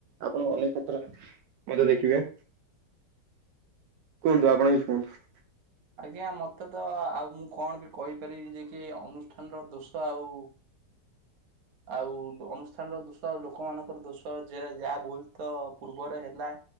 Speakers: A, on the right; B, on the right.
A: ଆପଣ ଅନେକ କ୍ଷେତ୍ରରେ ମଧ୍ୟ ଦେଖିବେ କୁହନ୍ତୁ ଆପଣ କିଛି କୁହନ୍ତୁ।
B: ଆଜ୍ଞା ମତେ ତ ଆଉ ମୁଁ କଣ ବି କହିପାରିବି ଯେ କି ଅନୁଷ୍ଠାନର ଦୋଷ ଆଉ। ଆଉ ଅନୁଷ୍ଠାନର ଦୋଷ ଆଉ ଲୋକମାନାନଙ୍କର ଦୋଷ ଯ ଯାହା ଭୁଲ ତ ପୂର୍ବରେ ହେଲା